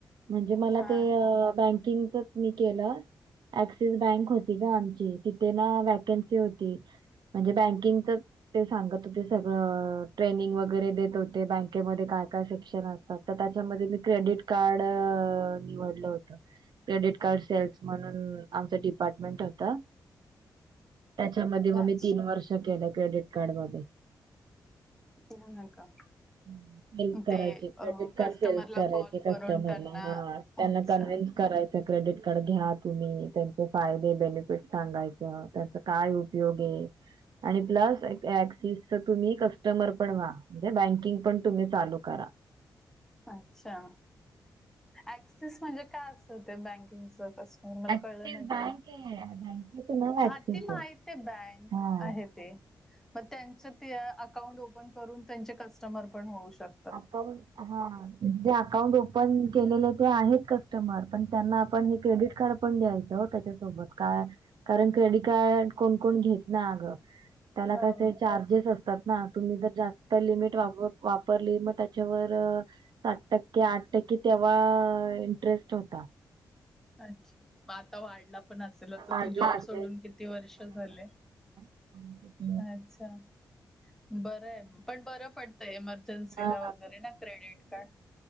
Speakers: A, on the right; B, in the centre.
A: म्हणजे मला
B: हा
A: ते बँकिंगच मी केलं ऍक्सिस बँक होती ना आमची तिथे ना वॅकन्सी होती. म्हणजे बँकिंगच ते सांगत होते सगळं ट्रेनिंग वगैरे देत होते बँ काय काय सेक्शन असतात तर त्याच्यामध्ये मी क्रेडिट कार्ड निवडलं होत. क्रेडिट कार्ड सेल्स म्हणून आमच डिपार्टमेंट होत. त्याच्यामध्ये मग मी
B: अच्छा
A: तीन वर्ष केलं क्रेडिट कार्ड मध्ये.
B: <unintelligible> का
A: <inaudible> हेल्प करायचे
B: ते
A: क्रेडिट कार्ड
B: कस्टमरला
A: सेल्स करायचे
B: कॉल
A: कस्टमरला
B: करून त्यांना
A: हा त्यांना
B: अच्छा
A: कन्व्हन्स कराय क्रेडिट कार्ड घ्या तुम्ही त्यांचे फायदे बेनिफिट सांगायच त्याचा काय उपयोग ये. आणि प्लस क्सिसच तुम्ही कस्टमर पण व्हा म्हणजे बँकिंग पण तुम्ही चालू करा.
B: अच्छा ऍक्सिस म्हणजे काय अस ते बँकिंगच कस मला
A: ऍक्सिस
B: कळलं नाही
A: बँक आहे बँकेचं नाव
B: ह
A: ऍक्सिस
B: ती माहित आहे बँक
A: हा
B: आहेत. ते मग त्यांच ते अकाउंट ओपन करून त्यांचे कस्टमर पण होऊ शक
A: अकाउंट ह जे अकाउंट ओपन केलेले ते आहे क <unintelligible> त्यांना आपण क्रेड कार्ड पण द्यायचं त्याच्यासोबत का कारण क्रेडिट कार्ड कोण कोण घेत ना अगं. त्याला
B: हो
A: कसे चार्जेस असतात ना तुम्ही ज जास्त लिमिट वाप वाप वापरली मग त्याच्यावर सात टक्के, आठ टक्के तेव्हा इंटरेस्ट होता.
B: अच्छा म आता वाढला पण असेल तर
A: वाढला
B: तू जॉब
A: असेल
B: सोडून किती वर्ष झाले.
A: आणि किती हे.
B: अच्छा बरं आहे पण बरं पडतंय मग. जसेला
A: हा
B: वगैरे ना क्रेडिट कार्ड.